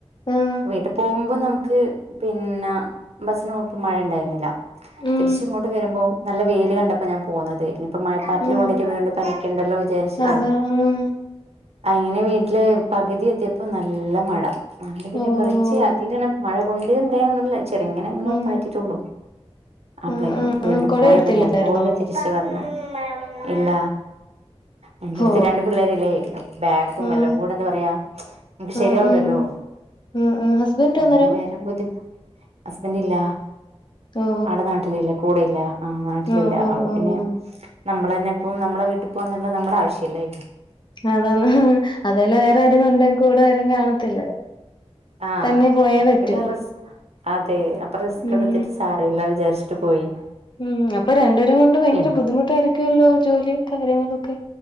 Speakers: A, on the left; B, on the right.
A: ആഹ്
B: വീട്ട് പോവുമ്പോ നമുക്ക് പിന്നെ ബസ്സ്ന് പോഒപ്പം മഴ ഇണ്ടായിരുന്നില്ല
A: ഉം
B: തിരിച്ങ്ങോ ട്ട് വരുമ്പോ നല്ല വെയ്ൽ കണ്ടപ്പോ ഞാൻ പോന്നത് ഇനിപ്പ മഴപ്പാറ്റ്ൽ
A: ഉം
B: കൊണ്ടിട്ട് വീണ്ട് പനിക്കണ്ടല്ലോ വിജാര്ച്ചിട്ട്
A: അതാ ഉം
B: അങ്ങനെ വീട്ടില് പകുതി എത്തിയപ്പോ നല്ല മഴ അങ്ങനെ പിന്നെ
A: ഓഹ്
B: കൊറച്ച് അധികനം മഴ കൊണ്ണ്ട്ന്ന് പറയാനൊന്നുല്ല ചെർങ്ങനെങ്ങനൊ
A: ഉം
B: പാറ്റിട്ടുള്ളു അപ്പളേക്കും
A: ഉം ഉം
B: വീണ്ടും
A: ഉം കൊട
B: പോയ
A: എടുത്തില്ലായിരുന്നോ
B: പനി അതുപോലെ തിരിച്ച് ഇഷ് വന്ന് ഇല്ല. എന്റെ അടുത്ത്
A: ഓ
B: രണ്ട് പിള്ളേരല്ലേ ബാഗും
A: ഉം
B: എല്ലാം കൂടെ എന്താ പറയാ അത് ശരിയാവൂല്ലോ
A: ഉം ഉം ഉം ഉം ഹസ്ബൻഡ്
B: അങ്ങനെ
A: അന്നേരം
B: വേറെ ബുദ്ധിമു അസ്ബന്റ് ഇല്ല
A: ഓ
B: ആള് നാട്ടിൽ ല്ല കൂടെ ഇല്ല ആഹ് നാട്ടിലില്ല
A: ഓ ഓ
B: അപ്പൊ
A: ഓ
B: പിന്നെ നമ്മളന്നെ ഇപ്പം നമ്മളെ വീട്ടി പോവാന്നുള്ളത് നമ്മുടെ ആവശ്യല്ലേ
A: അതാന്ന് ഹ് അതല്ല വേറെ ആരും കൊണ്ട കൂടെ വരും കാണത്തില്ല
B: ആഹ്
A: തന്നെ പോയേ
B: അപ്പൊ
A: പറ്റൂ
B: പിന്നെ റിസ് അതെ അപ്പ റിസ്കട്ത്തിട്ട്
A: ഉം
B: സാരല്ല വിചാരിച്ചിട്ട് പോയി
A: ഉം അപ്പൊ രണ്ടേരും കൊണ്ട് ബൈങ്കര
B: പിന്നെ
A: ബുദ്ധിമുട്ടായിരിക്കല്ലോ ജോലിം കാര്യങ്ങളൊക്കെ